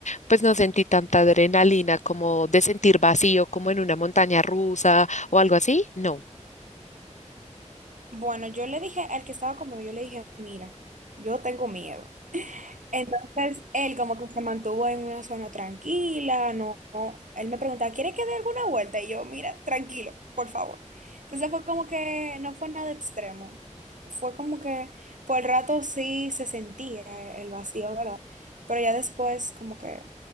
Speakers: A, on the left; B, on the right.
A: pues no sentí tanta adrenalina como de sentir vacío, como en una montaña rusa o algo así. No.
B: Bueno, yo le dije al que estaba conmigo, yo le dije, mira, yo tengo miedo. Entonces, él como que se mantuvo en una zona tranquila, no, no. Él me preguntaba, ¿quiere que dé alguna vuelta? Y yo, mira, tranquilo, por favor. Entonces fue como que no fue nada extremo. Fue como que por el rato sí se sentía el vacío, ¿verdad? Pero ya después como que,